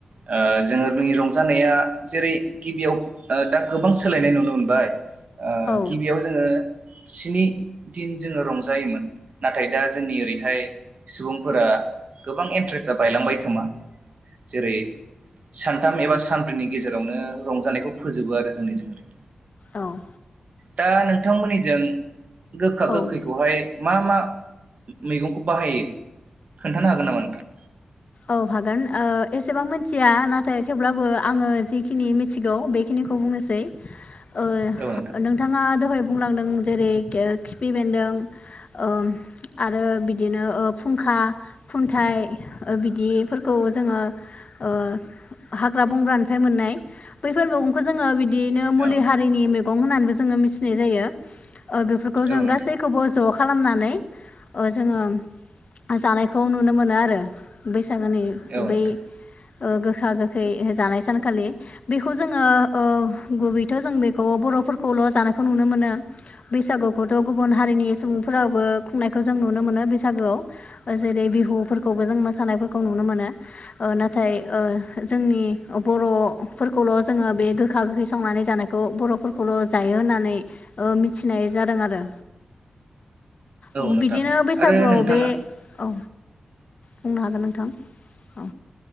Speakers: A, on the right; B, on the left.
A: ओ जोङो जोंनि रंजानाया जेरै गिबियाव दा गोबां सोलायनाय नुनो मोनबाय। ओ
B: औ
A: गिबियाव जोङो स्नि दिन जोङो रंजायोमोन। नाथाय दा जोंनि ओरैहाय सुबुंफोरा गोबां इन्ट्रेस्टआ बायलांबाय खोमा। जेरै सानथाम एबा सानब्रैनि गेजेरावनो रंजानायखौ फोजोबो आरो जोंनिजों ओरै
B: औ।
A: दा नोंथांमोननिजों गोखा गोखैखौहाय
B: औ
A: मा मा मैगंखौ बाहायो खोन्थानो हागोन नामा नोंथां?
B: औ हागोन ओ एसेबां मिथिया नाथाय थेवब्लाबो आङो जिखिनि मिथिगौ बेखिनिखौ बुंनोसै। ओ
A: औ नोंथां
B: नोंथाङा दहाय बुंलांदों जेरै खिफि बेन्दों ओ आरो बिदिनो फुंखा खुन्थाइ ओ बिदिफोरखौ जोङो ओ हाग्रा बंग्रानिफ्राय मोननाय बैफोर मैगंखौ जोङो बिदि। बिदिनो मुलि
A: औ
B: हारिनि मैगं गं होननानैबो जोङो मिथिनाय जायो। ओ बेफोरखौ जों
A: औ नोंथां
B: गासैखौबो ज खालामनानै ओ जोङो जानायखौ नुनो मोनो आरो। बैसागोनि
A: औ
B: बै
A: नोंथां
B: ओ गोखा गोखै जानाय सानखालि बेखौ जोङोओ गुबैथ जों बेखौ बरफोरखौल जानायखौ नुनो मोनो बैसागुखौथ गुबुन हारिनि सुबुंफोराबो खुंनायखौ जों नुनो मोनो बैसागोआव जेरै बिहुफोरखौबो जों उम थानायफोरखौ नुनो मोनो। ओ नाथाय। ओ जोंनि बरफोरखौल जोङो बे गोखा गोखै संनानै जानायखौ बरफोरखौल जायो होननानै ओ मिथिनाय जादों आरो। औ
A: नोंथां
B: बिदिनो बैसागुआव
A: आरो नोंथाङा
B: बे औ। बुंनो हागोन नोंथां। औ